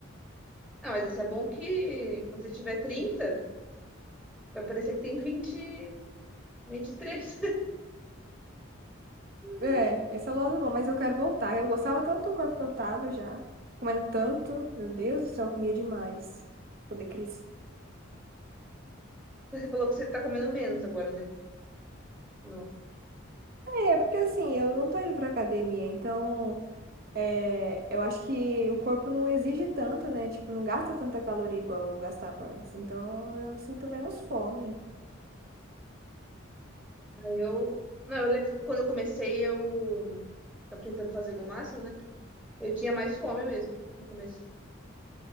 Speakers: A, in the centre; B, on the right.
A: Ah, mas esse é bom que quando você tiver 30, vai parecer que tem vinte, vinte e três. <laughs>
B: É, esse é o lado bom, mas eu quero voltar. Eu gostava tanto do corpo que eu tava já, comendo tanto, meu Deus do céu, eu comia demais. Poder crescer.
A: Você falou que você tá comendo menos agora, né? Não.
B: É, porque assim, eu não tô indo pra academia, então É, eu acho que o corpo não exige tanto, né? Tipo, não gasta tanta caloria igual gastava antes. Então, eu sinto menos fome.
A: Aí eu. Não, eu lembro que quando eu comecei, eu tava tentando fazer meu máximo, né? Eu tinha mais fome mesmo no começo.